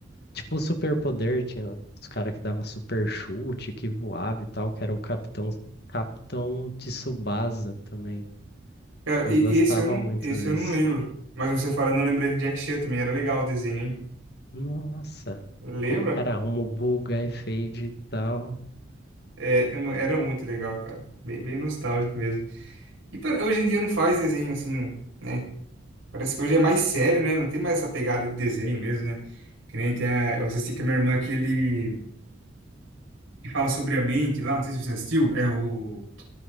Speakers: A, on the left; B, on the right.
A: Tipo superpoder, tinha os caras que dava super chute, que voava e tal, que era o Capitão Capitão Tsubasa também.
B: cara,
A: Eu
B: e-
A: gostava
B: esse eu não,
A: muito
B: esse
A: desse.
B: eu não lembro. Mas você falando, eu lembrei de Jack Chan também. Era legal o desenho, hein?
A: Nossa,
B: Lembra?
A: como que era? Rumo buga e fade e tal.
B: É, é mu- era muito legal, cara. Bem, bem nostálgico mesmo. E pra- hoje em dia não faz desenho assim, né? Parece que hoje é mais sério, né? Não tem mais essa pegada de desenho mesmo, né? Que nem tem a, eu assisti com a minha irmã aquele que fala sobre a mente lá, não sei se você assistiu, é o...